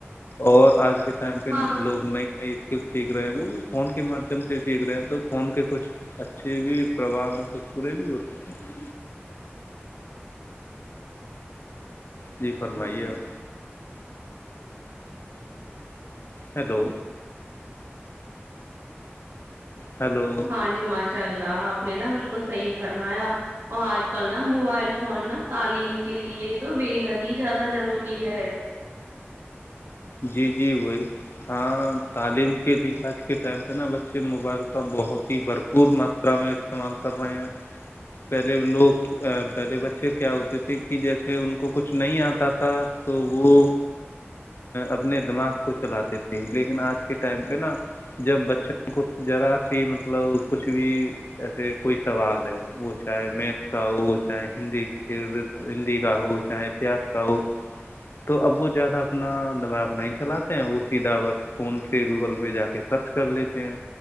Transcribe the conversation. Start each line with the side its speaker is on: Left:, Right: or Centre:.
Left: اور آج کے ٹائم پہ
Right: ہاں
Left: لوگ ن اسکل سیکھ رہے وہ بھی فون کے مادھیم سے سیکھ رہے ہیں تو فون کے کچھ اچھے بھی پرواہ میں کچھ پورے بھی ہوتے تھے جی فرمائیے آپ ہیلو ہیلو
Right: ہاں جی ماشاء اللہ آپ نے نہا بالکل صح فرمایا اور آج کل نا موبائل فون نا تعلیم کے لیے تو بے حد ہی زیادہ ضروری ہے
Left: جی جی وہی ہاں تعلیم کے لیے آج کے ٹائم پہ نا بچے موبائل کا بہت ہی بھرپور م را میں استعمال کر رہے ہیں پہلے لوگ پہلے بچے کیا ہوتے تھے کہ جیسے ان کو کچھ نہیں آتا تھا تو وہ اپنے دماغ کو چلاتے تھے لیکن آج کے ٹائم پہ نا جب بچوں کو ذرا سی مطلب کچھ بھی جیسے کوئی سوال ہے وہ چاہے میتھ کا ہو چاہے ہندی ہندی کا ہو چاہے اتہس کا ہو تو اب وہ زیادہ اپنا دماغ نہیں چلاتے ہیں وہ سیدھا وقت فون سے گوگل پہ جا کے سرچ کر لیتے ہیں